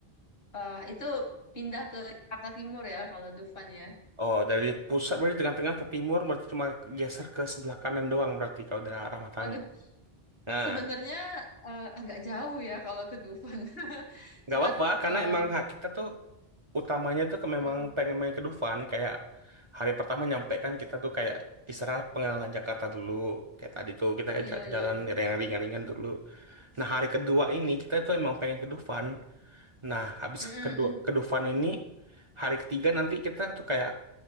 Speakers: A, on the left; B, on the right.
A: ah, itu pindah ke Jakarta Timur ya kalau Dufan ya.
B: Oh, dari pusat berarti tengah-tengah ke timur berarti cuma geser ke sebelah kanan doang berarti kalau dari arah matanya.
A: Waduh,
B: Nah,
A: sebenarnya eh, agak jauh ya kalau ke Dufan. <laughs>
B: nggak
A: Cuman
B: apa-apa karena
A: em,
B: emang hak kita tuh utamanya tuh ke- memang
A: mm-mm.
B: pengen main ke Dufan kayak hari pertama nyampe kan kita tuh kayak istirahat pengalaman Jakarta dulu kayak tadi tuh kita
A: Iya
B: ja-
A: iya.
B: jalan yang ringan-ringan dulu nah hari kedua ini kita tuh emang pengen ke Dufan nah habis
A: Mm-mm,
B: kedua
A: mm.
B: ke Dufan ini hari ketiga nanti kita tuh kayak